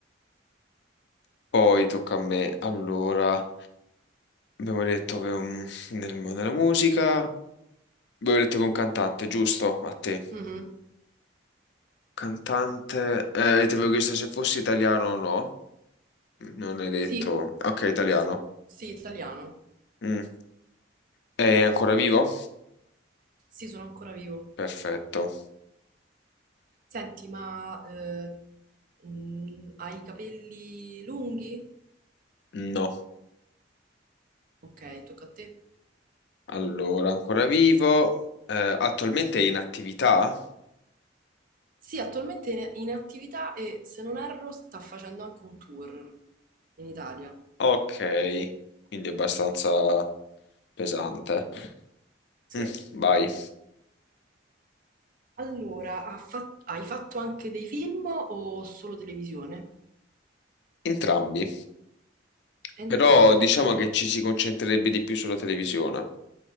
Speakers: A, on the left; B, on the right.
A: Poi tocca a me. Allora, abbiamo detto che un- nel, nella musica. Abbiamo detto che un cantante, giusto? A te.
B: Mhm.
A: Cantante. eh, ti avevo chiesto se fosse italiano o no. Non hai detto.
B: Sì,
A: Ok, italiano.
B: sì, sì, italiano.
A: Mm. È ancora vivo?
B: Sì, sono ancora vivo.
A: Perfetto.
B: Senti, ma eh, mm, hai i capelli lunghi?
A: No.
B: Ok, tocca a te.
A: Allora, ancora vivo. Eh, attualmente è in attività?
B: Sì, attualmente è in in attività e se non erro sta facendo anche un tour in Italia.
A: Ok, quindi è abbastanza pesante.
B: Sì.
A: Mm, vai.
B: Allora, ha fat- hai fatto anche dei film o solo televisione?
A: Entrambi. Però
B: Entrambi?
A: diciamo che ci si concentrerebbe di più sulla televisione